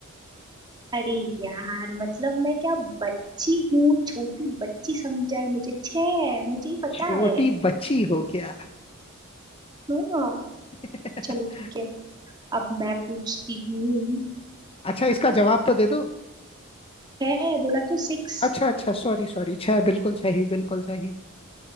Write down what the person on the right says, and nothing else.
अरे यार मतलब मैं क्या बच्ची हूँ छोटी बच्ची समझा है मुझे छे मुझे ही पता
है
हाँ
चलो ठीक है अब मैं पूछती हूँ
है बोला तो सिक्स